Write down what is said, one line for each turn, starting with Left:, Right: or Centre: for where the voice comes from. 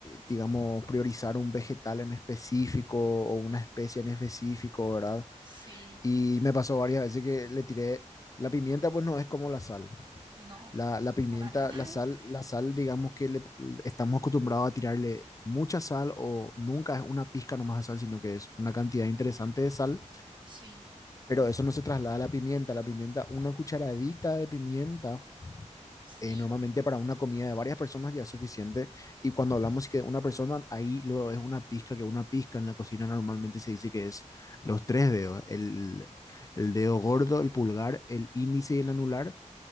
Left: digamos, priorizar un vegetal en específico o una especie en específico, ¿verdad?
Right: Sí,
Left: Y me pasó varias veces que le tiré, la pimienta pues no es como la sal.
Right: no,
Left: La, la pimienta,
Right: para nada.
Left: la sal,
Right: <laughs>
Left: la sal, digamos que le, estamos acostumbrados a tirarle mucha sal o nunca es una pizca nomás de sal, sino que es una cantidad interesante de sal,
Right: Sí,
Left: pero eso no se traslada a la pimienta. La pimienta, una cucharadita de pimienta,
Right: sí,
Left: eh, normalmente para una comida de varias personas ya es suficiente. Y cuando hablamos que una persona, ahí luego es una pizca, que una pizca en la cocina normalmente se dice que es los tres dedos, el, el dedo gordo, el pulgar, el índice y el anular